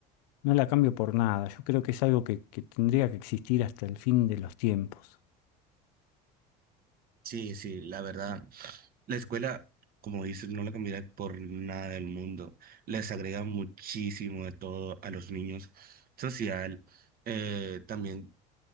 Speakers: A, on the left; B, on the right.
A: No la cambio por nada. Yo creo que es algo que, que tendría que existir hasta el fin de los tiempos.
B: Sí, sí, la verdad. La escuela, como dices, no la cambiará por nada del mundo. Les agrega muchísimo de todo a los niños. Social, eh, también